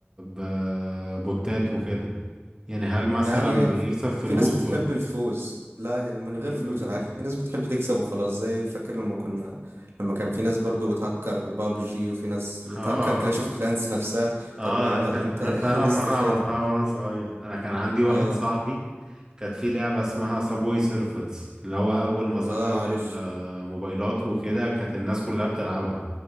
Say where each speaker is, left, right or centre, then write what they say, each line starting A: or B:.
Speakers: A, on the right (about 20°); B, on the right (about 80°).
A: ببوتات وكده يعني هل مثلا
B: يعني
A: بيكسب
B: ف-
A: فلوس
B: في ناس بتحب
A: ولا
B: الفوز لا هي من غير
A: مم.
B: فلوس العاب في ناس بتحب تكسب وخلاص زي فاكر لما كنا لما كان في ناس برضو بتهكر بابجي وفي ناس بتهكر
A: اه
B: كلاش اوف كلانس نفسها
A: اه
B: طب ما
A: انا فا...
B: انت
A: انا
B: <laughs>
A: فعلا
B: الاستفادة
A: مره عملتها وانا صغير انا كان عندي واحد
B: اه
A: صاحبي كانت في لعبه اسمها صابوي سيرفرز اللي هو اول ما ظهرت
B: اه عارف
A: الموبايلات وكده كانت الناس كلها بتلعبها